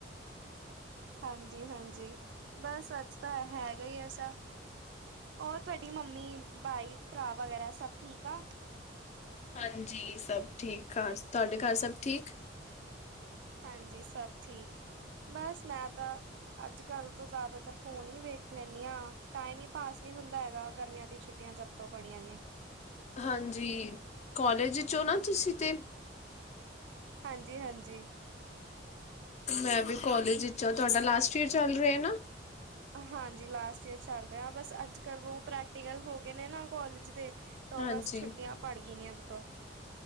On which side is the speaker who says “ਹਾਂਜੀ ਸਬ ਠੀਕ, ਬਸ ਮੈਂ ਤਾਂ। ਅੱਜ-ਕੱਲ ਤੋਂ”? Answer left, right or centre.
Right